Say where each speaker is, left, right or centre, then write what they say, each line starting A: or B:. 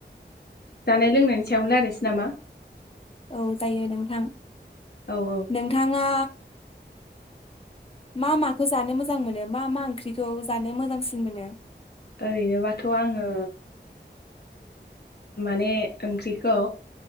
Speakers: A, on the left (about 60°); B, on the left (about 30°).
A: जानाय लोंनायनि सायावनो रायज्लायनोसै नामा?
B: औ जायो नोंथां
A: औ औ
B: नोंथाङा मा माखौ जानो मोजां मोनो मा मा ओंख्रिखौ जानो मोजांसिन मोनो?
A: ओरैनोबाथ' आङो माने ओंख्रिखौ